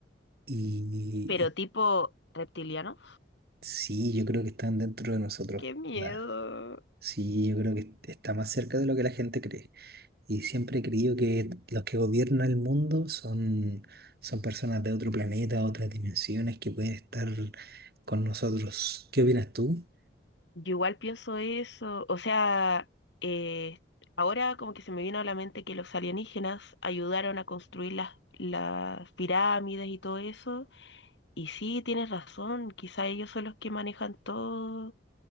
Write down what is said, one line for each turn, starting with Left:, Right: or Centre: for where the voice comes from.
Right: y,
Left: Pero
Right: y
Left: tipo reptiliano.
Right: sí, yo creo que están dentro de nosotros.
Left: Qué miedo.
Right: da. Sí, yo creo que est- está más cerca de lo que la gente cree y siempre he creído que los que gobiernan el mundo son, son personas de otro planeta, otras dimensiones que pueden estar con nosotros. ¿Qué opinas tú?
Left: Yo igual pienso eso. O sea, eh, ahora como que se me vino a la mente que los alienígenas ayudaron a construir las, las pirámides y todo eso. Y sí, tienes razón, quizá ellos son los que manejan todo.